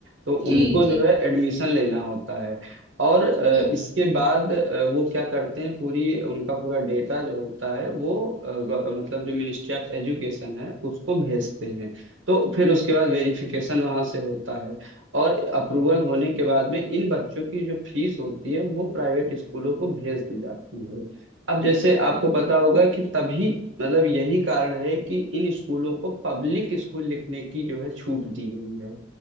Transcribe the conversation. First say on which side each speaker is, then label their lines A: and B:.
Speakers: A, on the right; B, on the right.
A: तो
B: जी
A: उनको
B: जी
A: जो है एडमिशन लेना होता है और अ,
B: हम्म
A: इसके बाद अ, वो क्या करते हैं पूरी उनका पूरा डेटा जो होता है वो अ, ग- मतलब जो मिनिस्ट्री ऑफ एजुकेशन है उसको भेजते हैं तो फिर उसके बाद वेरिफिकेशन वहां से होता है और अप्रूवल होने के बाद में इन बच्चों की जो फीस होती है वो प्राइवेट स्कूलों को भेज दी जाती है अब जैसे आपको पता होगा कि तभी मतलब यही कारण है कि इन स्कूलों को पब्लिक स्कूल लिखने की जो है छूट दी गई है